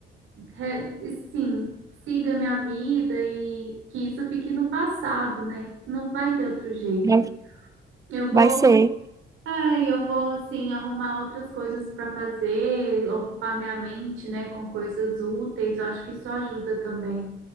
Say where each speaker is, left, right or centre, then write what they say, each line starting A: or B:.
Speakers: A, on the right (about 85°); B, on the right (about 15°).
A: re- sim, siga minha vida e que isso fique no passado, né? Não vai ter outro jeito.
B: Vai
A: Eu
B: vai
A: vou,
B: ser.
A: é, eu vou, assim, arrumar outras coisas para fazer, ocupar minha mente, né, com coisas úteis. Eu acho que isso ajuda também.